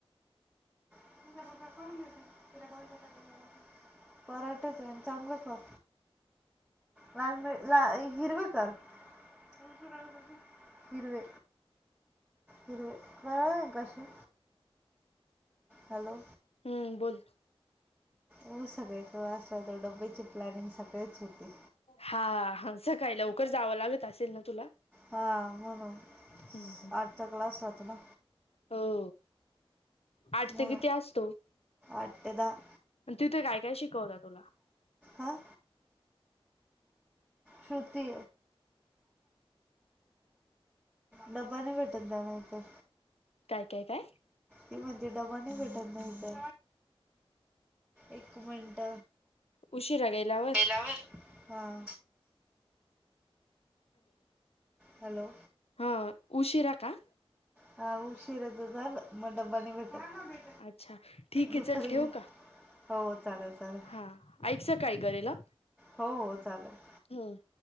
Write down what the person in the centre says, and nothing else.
<unintelligible> कराठेच आहे आणि चांगलं कर लाल ला हिरवे कर <unintelligible> हिरवे हिरवे जवळ येना काशी हॅलो
हो सगळेच असला तर डब्बेचे प्लॅनिंग सकाळीच होते
हां म्हणून
आठचा क्लास राहतो ना
हो
आठ ते दहा
हां श्रृती डबा नाही भेटत जाणार तर
ती म्हणते डबा नाही भेटत ना हीते एक मिनट
तिला होय हां हॅलो
हा उशीरच झालं मग डब्बा नाहीत भेटत
दुपारी
घे
हो चालेल चालेल
हो हो, चालेल.